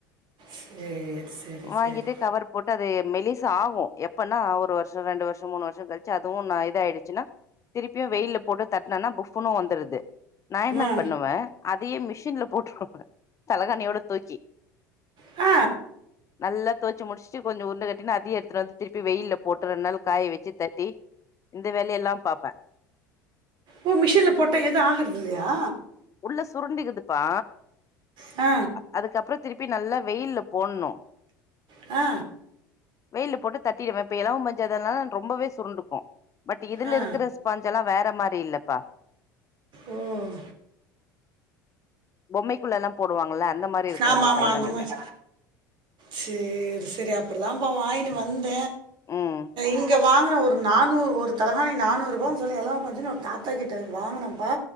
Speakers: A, on the right; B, on the left.
A: சரி சரி
B: வாங்கிட்டு
A: சரி
B: கவர் போட்டு அது மெலிஸ் ஆவும் எப்பன்னா ஒரு ஒரு வருஷம் ரெண்டு வருஷம் மூனு வருஷம் கழிச்சு அதுவும் நா இது ஆயிடுச்சின்னா திருப்பியு வெயில்ல போட்டு தட்னன்னா புஃப்ன்னு வந்துடுது நா என்ன
A: ஆ
B: பண்ணுவே அதையு மிஷின்ல போட்ருவ தலகாணியோட தூக்கி
A: ஆ
B: நல்லா தொவச்சி முடிச்சிட்டு கொஞ்ச உருண்டு கட்டினு அதையு எடுத்துட்டு வந்து திருப்ப வெயில போட்டு ரெண்டு நாள் காய வச்சு தட்டி இந்த வேலை எல்லா பாப்பே
A: ஓ மிஷின்ல போட்டா எது ஆகறது இல்லையா
B: உள்ள சுருண்டிக்குதுப்பா
A: ஆ
B: அதுக்கப்பற திருப்பி நல்லா வெயில்ல போடணு
A: ஆ
B: வெயில்ல போட்டு தட்டிடுவே இப்ப எல பஞ்சா இருந்த நால ரொம்பவே சுருண்டுக்கு பட் இதுல
A: ஆ
B: இருக்கிற ஸ்பான்ஸ் எல்லா வேற மாரி இல்லப்பா
A: ம்
B: பொம்மைக்குள்ள எல்லா போடுவாங்கள அந்த மாரி இருக்கு
A: ஆமா
B: இந்த
A: ஆமா
B: தலைகாணியில
A: அந்த மாரி சேரி சரி அப்படிதான்ப்ப வாங்கினு வந்த
B: ம்
A: இங்க வாங்கின ஒரு நானூறு ஒரு தலகானி நானூரூபான்னு சொல்லி எளவ பஞ்சனு ஒரு தா த்தா கிட்ட வாங்கனப்பா